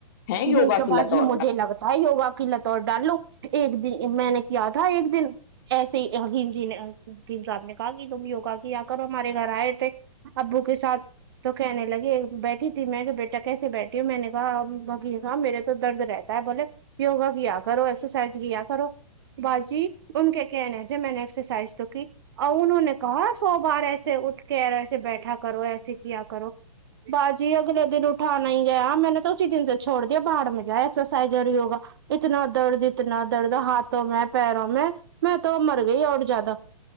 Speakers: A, on the left; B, on the right.
A: ہیں یوگا
B: یہی تو باجی
A: کے لتور
B: مجھے لگتا ہے ہی ہوگا کی لتوڑ ڈال لو ایک دن میں نے کیا تھا ایک دن ایسے ہی حمی جی نے مفیتی صاحب نے کہا کہ تم یوگا کیا کرو ہمارے گھر آئے تھے ابو کے ساتھ ساتھ تو کہنے لگے بیٹھی تھی میں کہ بیٹا کیسے بیٹھی ہوں میں نے کہا میرے تو درد رہتا ہے بولے یوگا کیا کرو ایکسرسائز کیا کرو باجی ان کے کہنہ سے میں نے ایکسرسائز تو کی اور انہوں نے کہا سو بار ایسے اٹھ کے ایسے بیٹھا کرو ایسے کیا کرو باجی اگلے دن اٹھانا ہی گیا میں نے تو اسی دن سے چھڑ دیا باہر میں جائے ایکسرسائز اور یوگا اتنا درد اتنا درد ہاتھوں میں پیروں میں میں تو مر گئی اور زیادہ